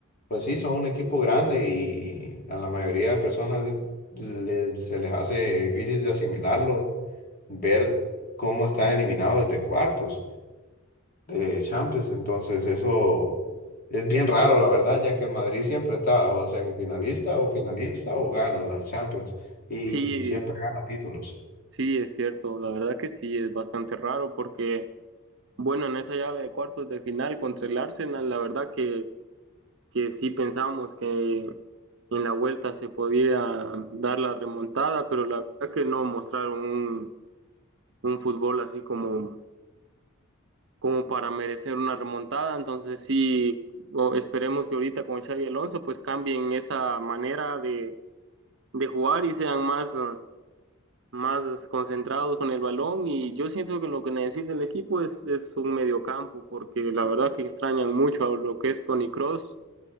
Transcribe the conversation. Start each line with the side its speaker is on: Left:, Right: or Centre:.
Left: pues sí, son un equipo grande y a la mayoría de personas le- se les hace difícil de asimilarlo, ver cómo están eliminados desde cuartos de Champions. Entonces, eso es bien raro, la verdad, ya que el Madrid siempre está o semifinalista o finalista o gana la Champions y
Right: sí,
Left: siempre gana títulos.
Right: sí, es cierto. La verdad que sí, es bastante raro porque, bueno, en esa llave de cuartos de final contra el Arsenal, la verdad que que sí pensamos que en la vuelta se podía dar la remontada, pero la verdad que no mostraron un, un fútbol así como, como para merecer una remontada. Entonces sí, o- esperemos que ahorita con Xavi Alonso pues cambien esa manera de, de jugar y sean más, eh, más concentrados con el balón. Y yo siento que lo que necesita el equipo es, es un mediocampo, porque la verdad que extrañan mucho a lo que es Toni Kroos.